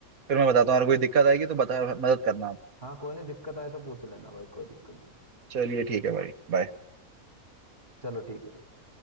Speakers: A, on the right; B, on the right.
A: फिर मैं बताता हूँ अगर कोई दिक्कत आएगी तो बता मदद करना आप
B: हाँ कोई नहीं दिक्कत आए तो पूछ लेना भाई कोई दिक्कत नहीं
A: चलिए ठीक है भाई बाय
B: चलो ठीक है भाई